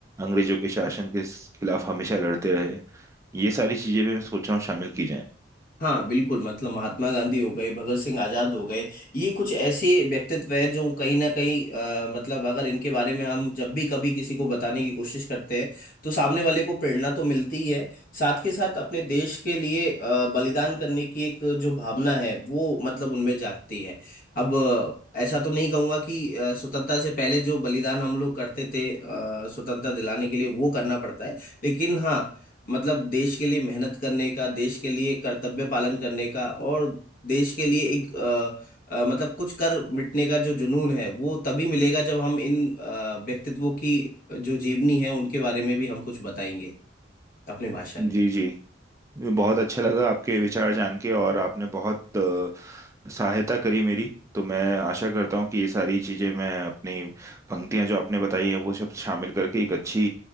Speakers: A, on the right (about 15°); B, on the left (about 50°).
A: अंग्रेजों के शासन के खिलाफ हमेशा लड़ते रहे ये सारी चीजें भी मैं सोच रहा हूँ शामिल की जाएं
B: हाँ बिल्कुल मतलब महात्मा गांधी हो गए भगत सिंह आजाद हो गए ये कुछ ऐसे व्यक्तित्व हैं जो कहीं ना कहीं अ, मतलब अगर इनके बारे में हम जब भी कभी किसी को बताने की कोशिश करते हैं तो सामने वाले को प्रेरणा तो मिलती ही है साथ के साथ अपने देश के लिए अ, बलिदान करने की एक जो भावना है वो मतलब उनमें जागती है अब अ, ऐसा तो नहीं कहूंगा कि अ, स्वतंत्रता से पहले जो बलिदान हम लोग करते थे अ, स्वतंत्रता दिलाने के लिए वो करना पड़ता है लेकिन हाँ मतलब देश के लिए मेहनत करने का देश के लिए कर्तव्य पालन करने का और देश के लिए एक अ, अ, मतलब कुछ कर मिटने का जो जुनून है वो तभी मिलेगा जब हम इन अ, व्यक्तित्वों की जो जीवनी है उनके बारे में भी हम कुछ बताएंगे अपने भाषण में
A: जी जी ये बहुत अच्छा लगा आपके विचार जान के और आपने बहुत अ, सहायता करी मेरी तो मैं आशा करता हूँ कि ये सारी चीज़ें मैं अपनी पंक्तियाँ जो आपने बताई हैं वो सब शामिल करके एक अच्छी